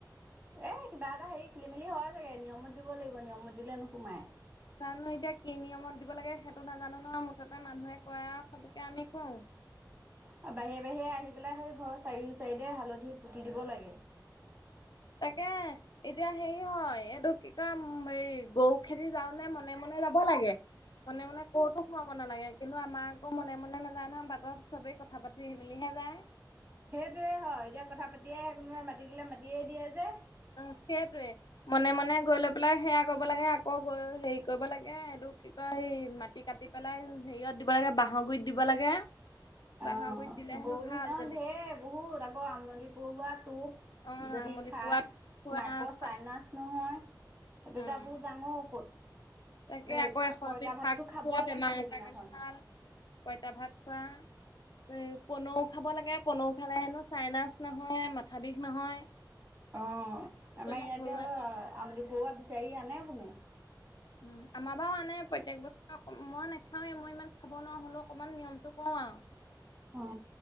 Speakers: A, on the right; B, on the left.
A: এ কিবা এটা হেৰি খেলি মেলি হয় চাগে নিয়মত দিব লাগিব, নিয়মত দিলে নোসোমাই।
B: জানো এতিয়া কি নিয়মত দিব লাগে সেইটো নাজানো ন' মুঠতে মানুহে কয় আৰু সেইটোকে আমি কওঁ।
A: আৰু বাহিৰে বাহিৰে আহি পেলাই সেই ঘৰ চাৰিও চাৰিদে হালধি পুতি দিব লাগে।
B: তাকে এতিয়া হেৰি হয় এইটো কি কয় এই গৰু খেদি যাওঁ নে মনে মনে যাব লাগে মনে মনে ক'তো সোমাব নালাগে কিন্তু আমাৰ আকৌ মনে ম মানে নাযায় নহয় বাটত চবেই কথা পাতি মেলিহে যায়।
A: সেইটোৱে হয় এতিয়া কথা পাতিয়াই আহে কোনোবাই মাতি দিলে মাতিয়ে দিয়ে যে।
B: উম, সেইটোৱে মনে মনে গৈ লৈ পেলাই সেয়া কৰিব লাগে আকৌ গৈ হেৰি কৰিব লাগ সে এইটো কি কয় মাটি কাটি পেলাই হেৰিয়ত দিব লাগে, বাঁহৰ গুৰিত দিব লাগে।
A: অ',
B: বাঁহৰ গুৰিত দিলে হেনো
A: গৰুৰ
B: ভাল
A: দিনাখন
B: তেনেকে
A: ঢেৰ বহুত আকৌ আমলি পৰুৱাত টোপ
B: অ
A: যদি
B: আমলি
A: খাই
B: পোৱাত খোৱা
A: নাকৰ চাইনাছ নহয়। সেইটো
B: উম
A: এটা বহুত ডাঙৰ ঔষধ।
B: তাকে,
A: এই
B: আকৌ এশ
A: পঁইতা
B: এবিধ
A: ভাতটো
B: শাক
A: খাবই
B: খোৱা বেমাৰ
A: লাগে সেইদিনাখন
B: এটাৰ কাৰণে ভাল। পঁইতা ভাত খোৱা। এ, পনৌ খাব লাগে, পনৌ খালে হেনো চাইনাচ নহয়, মাথা বিষ নহয়।
A: অ',
B: সেইটো
A: আমাৰ ইয়াতে
B: ঘৰুৱা
A: আ-আমুলি
B: পিয়াজ
A: পৰুৱা বিচাৰি আনে কোনে?
B: উম, আমাৰ বাৰু আনে প্ৰত্যক বছৰে মই নাখাওঁৱেই, মই ইমান খাব নোৱাৰা হ'লো অকমান নিয়মটো কওঁ <unintelligible>
A: অ',